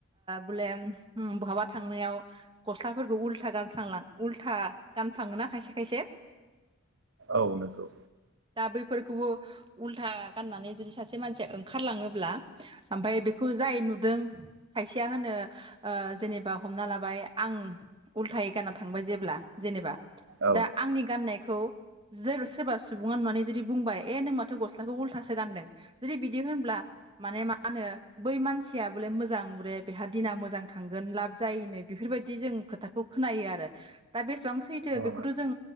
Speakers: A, on the right; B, on the right.
A: बले बहाबा थांनायाव गस्लाफोरखौ उल्था गानफ्लांलां उल्था गानफ्लाङोना खायसे खायसे।
B: औ नंगौ।
A: दा बैफोरखौबो उल्था गाननानै जुदि सासे मानसिया ओंखारलाङोब्ला ओमफफ्राय बेखौ जाय नुदों खायसेया होनो जेनेबा हमना लाबाय आं। उल्थायै गानना थांबाय जेब्ला जेनेबा
B: औ
A: दा आंनि गाननायखौ <unintelligible> सोरबा सुबुङा नुनानै जुदि बुंबाय ए नों माथो गस्लाखौ उल्थासो गानदों जुदि बिदि होनब्ला माने मा होनो बै मानसिया बले मोजां बले बेहा दिना मोजां थांगोन लाब जायोनो। बेफोरबायदि जों खोथाखौ खोनायो आरो दा बेसेबां सै थो
B: औ
A: बेखौथ' जों